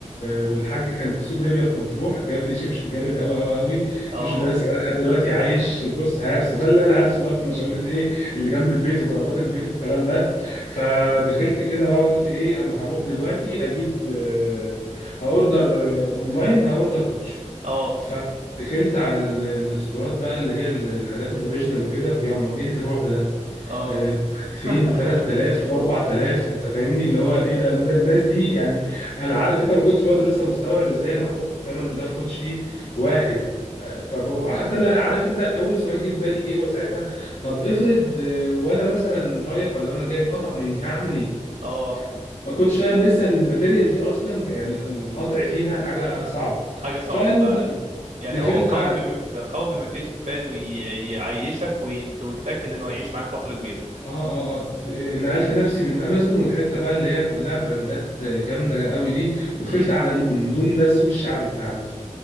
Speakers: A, on the left; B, on the right.
A: والحاج كان في سوق ليبيا في مطروح جاب لي شبشب جامد قوي قوي قوي
B: اه
A: الشبشب ده لسه بقى لحد دلوقتي عايش
B: <laughs>
A: بص هارسه ده اللي انا هارسه بقى في مشاوير الايه اللي جنب البيت وطلبات البيت والكلام ده فدخلت كده بقى قلت ايه انا هروح دلوقتي اجيب آه، هاوردر آه، اونلاين هاوردر كوتش
B: اه
A: ف... دخلت على ال- الاستورات بقى اللي هي ال- الحاجات الاوريجينال وكده ياما ايه الرعب ده
B: اه
A: آه، 2000
B: <laughs>
A: و3000 و4000 انت فاهمني اللي هو ايه ده الن- الناس دي يعني انا عارف انت ما كنتش برضه لسه مستوعب ازاي انا احط الثمن ده في كوتشي واحد فحتى انا عارف انت اول سؤال جه في بالي ايه وساعتها طب افرض آه، وانا مثلا رايح ولا وانا جاي اتقطع مني هعمل ايه
B: اه
A: ما كنتش فاهم لسه ان الماتيريال دي اصلا يعني القطع فيها حاجه صعبه
B: حاجة صعبة
A: فالمهم
B: فعلا يعني
A: دخلت
B: هو قوي بما قوي بما فيه الكفاية انه ي- يعيشك وي- وتتأكد انه هيعيش معاك فترة كبيرة
A: اه اه اه د- نقلت نفسي من امازون والحته بقى اللي هي كلها براندات جامده قوي دي
B: مم.
A: ودخلت على نون نون ده السوق الشعبي بتاعنا